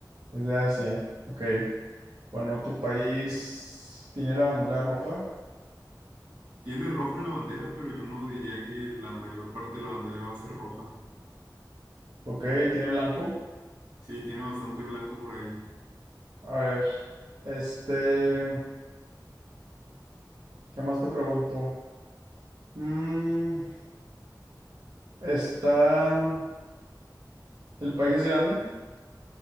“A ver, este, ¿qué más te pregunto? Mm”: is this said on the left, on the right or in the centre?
Right